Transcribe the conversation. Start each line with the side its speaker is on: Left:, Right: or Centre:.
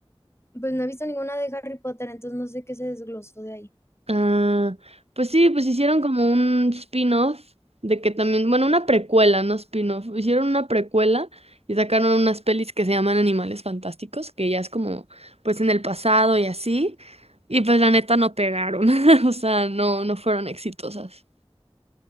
Left: Pues no he visto ninguna de Harry Potter, entonces no sé qué se desglosó de ahí.
Right: Ah, pues sí, pues hicieron como un spin-off de que también, bueno, una precuela, no spin-off, hicieron una precuela y sacaron unas pelis que se llaman Animales Fantásticos, que ya es como, pues en el pasado y así, y pues la neta no pegaron, <laughs> o sea, no, no fueron exitosas.